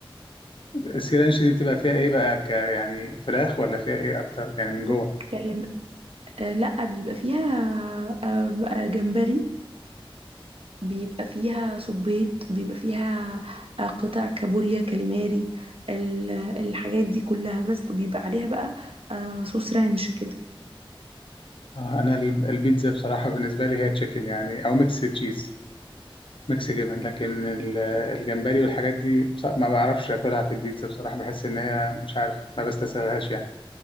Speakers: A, on the left (about 65°); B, on the right (about 75°).
A: السيرانش دي بتبقى فيها ايه بقى ك يعني فراخ ولا فيها ايه اكتر يعني من جوه
B: بص تكلم آه لا بيبقى فيها آه بقى جمبري بيبقى فيها صبيط بيبقى فيها آه قطع كابوريا كاليماري ال- الحاجات دي كلها بس وبيبقى عليها بقى آه صوص رانش كده
A: آه، انا البيتزا بصراحة بالنسبة لي هي تشيكن يعني او ميكس تشيز ميكس جبن لكن ال- الجمبري والحاجات دي بص- ما بعرفش اكلها في البيتزا بصراحه بحس ان هي مش عارف ما بستساغهاش يعني